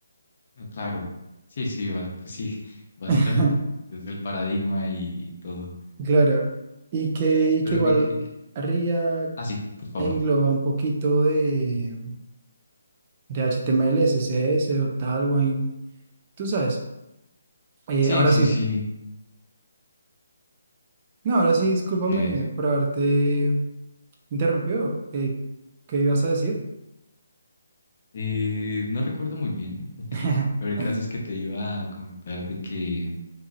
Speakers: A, on the left; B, on the right.
A: Ah, Claro, sí, sí, ba- pues sí, <laughs> bastante,
B: <laughs>
A: desde el paradigma y, y todo.
B: Claro, y que, y
A: Pero
B: que igual
A: qué increíble.
B: RIA
A: Ah, sí, por favor.
B: engloba un poquito de, de HTML, CSS o Tailwind, tú sabes. Eh,
A: Sí,
B: ahora
A: sí,
B: sí,
A: sí.
B: no, ahora sí, discúlpame
A: eh,
B: por haberte interrumpido. Eh, ¿qué ibas a decir?
A: eh, no recuerdo muy bien, <laughs>
B: <laughs>
A: pero el caso es que te iba a comentar de que